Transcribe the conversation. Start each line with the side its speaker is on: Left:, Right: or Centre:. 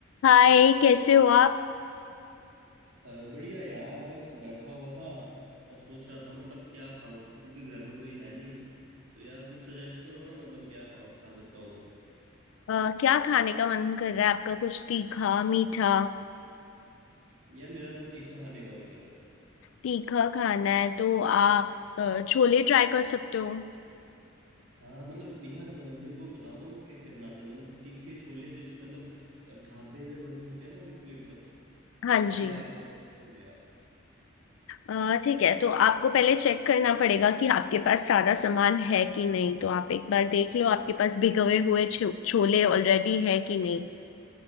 Left: हाय कैसे हो आप
Right: अ, बढ़िया यार बस बैठा हुआ था और सोच रहा था मतलब क्या खाऊं क्योंकि घर में कोई है नहीं तो यार कुछ सजेस्ट करो ना मतलब क्या खा खा सकता हूँ मैं
Left: अ, क्या खाने का मन कर रहा है आपका कुछ तीखा मीठा
Right: यार मेरा तो तीखा खाने का मन कर रहा है
Left: तीखा खाना है तो आप अ, छोले ट्राई कर सकते हो
Right: हाँ मतलब यार अ, मेरे को बता दो कैसे बनाते हैं मतलब तीखे छोले जैसे मतलब अ, ढाबे में बने होते हैं ना बिल्कुल एकदम
Left: हाँ
Right: तो वैसे
Left: जी
Right: आप बता दोगे यार
Left: अ, ठीक है तो आपको पहले चेक करना पड़ेगा कि आपके पास सारा सामान है कि नहीं तो आप एक बार देख लो आपके पास भिगोए हुए छो- छोले ऑलरेडी है कि नहीं